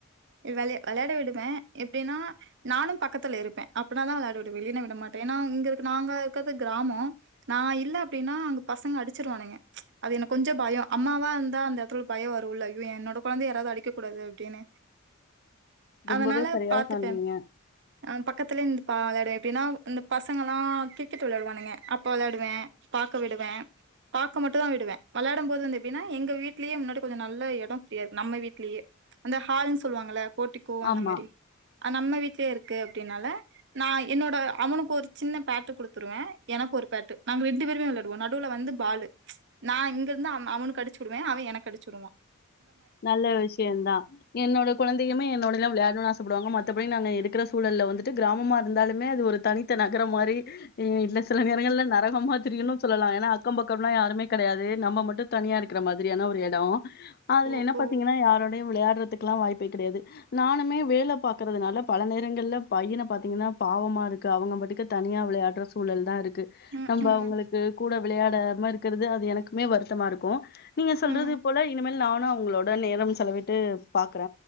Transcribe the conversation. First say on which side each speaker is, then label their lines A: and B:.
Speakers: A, on the right; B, on the left.
A: வெளய வெளையாட விடுவ எப்டின்னா நானும் பக்கத்துல இருப்ப அப்புன்னாதா வெளையாட விடுவ இல்லீன்னா விட மாட்ட ஏன்னா இங்க இருக்குற நாங்க இக்குறது கிராமோ நா இல்ல அப்டின்னா அங்க பசங்க அடுச்சுருவானுங்க அது எனக்கு கொஞ்சோ பயோ அம்மாவா இருந்தா அந்த ஒடத்துல ஒரு பயோ வரு இல்ல அய்யோ என்னோட கொழந்தைய யாராவது அடிக்கக்கூடாது அப்டின்னு
B: ரொம்பவே
A: அதனால
B: சரியா
A: பாத்துப்பேம்
B: சொன்னீங்க
A: அ பக்கத்துலயே நின்டு பா வெளையாடுவே எப்டின்னா இந்த பசங்கெல்லா கிரிக்கெட் வெளையாடுவானுங்க அப்ப வெளையாடுவ பாக்க விடுவ பாக்க மட்டுதா விடுவ வெளையாடும் போது வந்து எப்டின்னா எங்க வீட்லயே முன்னாடி கொஞ்சோ நல்லா எடோ ஃபீரியா இருக் நம்ம வீட்லயே அந்த ஹால்ன் சொல்வாங்கள்ள போர்ட்டிக்கோ அந்த
B: ஆமா
A: மாரி நம்ம வீட்லயே இருக்கு அப்டின்னால நா என்னோட அவனுக்கு ஒரு சின்ன பேட்டு குடுத்துருவ எனக்கு ஒரு பேட்டு நாங்க ரெண்டு பேருமே வெளையாடுவோ நடுவுல வந்து பாலு நா இங்கிருந்து அவனுக் கடுச்சுடுவ அவ எனக்கடுச்சுடுவா
B: நல்ல விஷ்யந்தா என்னோட கொழந்தையுமே என்னோடதா வெளையாடனுன் ஆசப்படுவாங்க மத் மத்தபடி நாங்க இருக்குற சூழல்ல வந்துட்டு கிராமமா இருந்தாலுமே அது ஒரு தனித்த நகரம் மாரி இன்னு சில நேரங்கல்ல நரகமாதிரின்னு சொல்லலா ஏன்னா அத் அக்கம்பக்கோம்லா யாருமே கெடையாது நம்ம மட்டு தனியா இருக்குற மாதிரியான ஒரு எடோ அதுல
A: ஓ
B: என்ன பாத்தீங்கன்னா
A: ஓ
B: யாரோடையு விளையாட் த்துக்கெல்லா வாய்ப்பே கெடையாது நானுமே வேல பாக்கறதுனால பல நேரங்கள்ல பையன பாத்தீங்கன்னா பாவமாருக்கு அவங்க பாட்டுக்கு தனியா வெளையாட்ற சூழல் தா இருக் கு
A: ம்
B: நம்ப
A: ம்
B: அவுங்களுக்கு கூட விளையாடமா இருக்கறது அது எனக்குமே வருத்தமா இருக்கு நீங்க சொல்றது
A: ம்
B: இப்போல இனமேல் நான் நா உங்களோட நேரம் செலவிட்டு பாக் க்கற